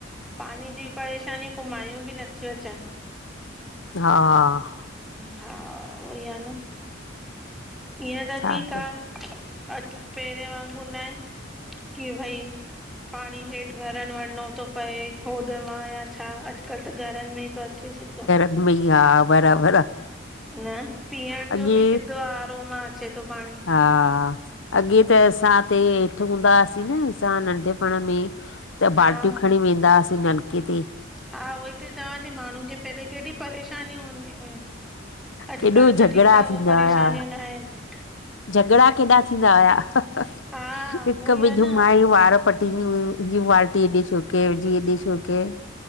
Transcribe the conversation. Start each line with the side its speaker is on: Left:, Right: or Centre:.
Centre: पाणी जी परेशानी पोइ माइयूं बि नथियूं अचनि।
Left: हा हा
Centre: हा, उहई आ न ईअं त
Left: छा
Centre: ठीक
Left: कर
Centre: आ अ पहिरियें वांगुर न आहे कि भाई पाणी हेठि भरण वञिणो थो पए, होद मां या छा अॼ कल त घरनि में ई थो अचे सिधो।
Left: भई हा, बराबरि आ।
Centre: न पीअण
Left: अॻे,
Centre: जो बि सिधो आरोमा अचे थो पाणी
Left: हा अॻे त असांते हेठि हूंदा हुआसीं न असां नंढपण में त
Centre: हा
Left: बाल्टियूं खणी वेंदा हुआसीं नलके ते,
Centre: हा उहो ई त चवां ती माण्हुनि खे पहिरियों केॾी परेशानी हूंदी हुयूं, अॼुकल्ह
Left: केॾो झगड़ा
Centre: त ठीकु आ
Left: थींदा
Centre: हो परेशानियूं
Left: हुया
Centre: न आहिनि।
Left: झगड़ा केॾा थींदा हुया
Centre: हा
Left: हिक
Centre: उहोई
Left: ॿिए
Centre: आहे न
Left: जो मायूं वार पट टींदी हुंयूं मुंहिंजी बाल्टी हेॾे छो कयि मुंहिंजी हेॾे छो कयि?